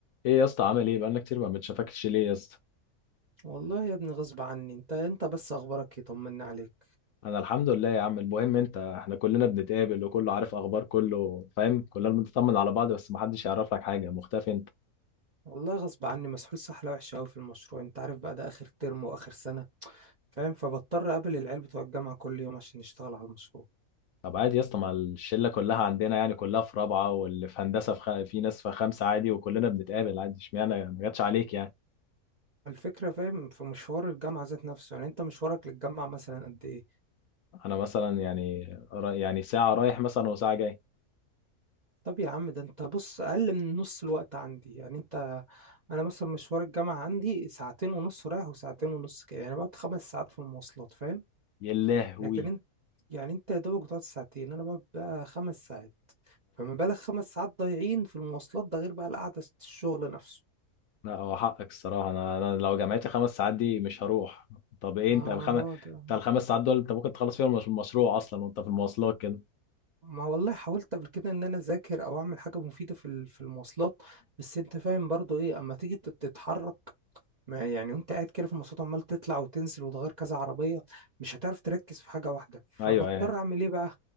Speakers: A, on the left; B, on the right.
A: ايه يا اسطى عامل ايه بقالنا كتير ما بنشافكش ليه يا اسطى
B: والله يا ابني غصب عني انت انت بس اخبارك ايه طمنا عليك
A: انا الحمد لله يا عم المهم انت احنا كلنا بنتقابل وكله عارف اخبار كله فاهم كلنا بنطمن على بعض بس ما حدش يعرف لك حاجه مختفي انت
B: والله غصب عني مسحول سحله وحشه قوي في المشروع انت عارف بقى ده اخر ترم واخر سنه فاهم فبضطر اقابل العيال بتوع الجامعه كل يوم عشان نشتغل على المشروع
A: طب عادي يا اسطى ما الشله كلها عندنا يعني كلها في رابعه واللي في هندسه في, خ... في ناس في خمسه عادي وكلنا بنتقابل عادي اشمعنى يعني؟ ما جاتش عليك يعني
B: الفكره فاهم في مشوار الجامعه ذات نفسه يعني انت مشوارك للجامعه مثلا قد ايه
A: انا مثلا يعني را- يعني ساعه رايح مثلا وساعه جاي
B: طب يا عم ده انت بص اقل من نص الوقت عندي يعني انت انا مثلا مشوار الجامعه عندي ساعتين ونص رايح وساعتين ونص كده يعني بقعد خمس ساعات في المواصلات فاهم
A: يا لهوي
B: لكن انت يعني انت يا دوبك بتقعد ساعتين انا بقعد بقى خمس ساعات فما بالك خمس ساعات ضايعين في المواصلات ده غير بقى القعدة في الشغل نفسه
A: لا هو حقك الصراحة أنا, أنا لو جامعتي خمس ساعات دي مش هروح طب إيه
B: ما
A: أنت الخمس
B: انا ده
A: أنت الخمس ساعات دول أنت ممكن تخلص فيهم المش- المشروع أصلا وأنت في المواصلات كده
B: ما والله حاولت قبل كده ان انا اذاكر او اعمل حاجه مفيده في ال- في المواصلات بس انت فاهم برضو ايه اما تيجي تت- تتحرك ما يعني وانت قاعد كده في المواصلات عمال تطلع وتنزل وتغير كذا عربيه مش هتعرف تركز في حاجه واحده فبضطر
A: أيوه أيوه
B: اعمل ايه بقى